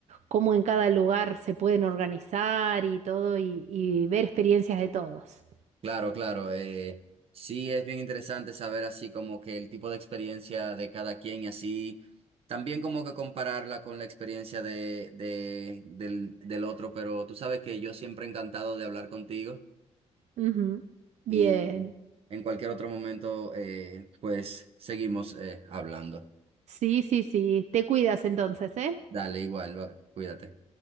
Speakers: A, on the right; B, on the right.
A: cómo en cada lugar se pueden organizar y todo y, y ver experiencias de todos.
B: Claro, claro. eh, sí, es bien interesante saber así como que el tipo de experiencia de cada quien y así también como que compararla con la experiencia de, de, del, del otro, pero tú sabes que yo siempre encantado de hablar contigo
A: Ujú. Bien.
B: y en cualquier otro momento eh, pues seguimos eh, hablando.
A: Sí, sí, sí. Te cuidas entonces, ¿eh?
B: Dale, igual, va, cuídate.